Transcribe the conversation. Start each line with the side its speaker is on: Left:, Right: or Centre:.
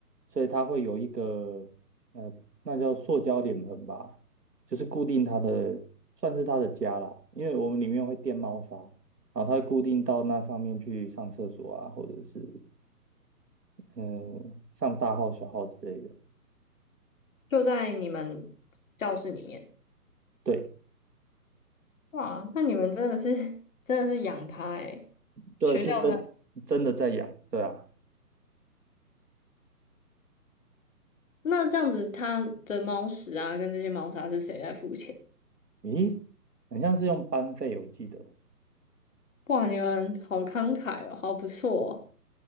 Right: 所以它会有一个呃，那叫塑胶脸盆吧，就是固定它的，算是它的家啦。因为我们里面会垫猫砂，然后它会固定到那上面去上厕所啊，或者是嗯、呃上大号小号之类的。
Left: 就在你们教室里面。
Right: 对，
Left: 哇，那你们真的是真的是养它诶，
Right: 对，
Left: 学校这样，
Right: 是真真的在养，对啊。
Left: 那这样子它的猫食啊跟这些猫砂是谁在付钱？
Right: 咦，很像是用班费，我记得。
Left: 哇，你们好慷慨哦，好不错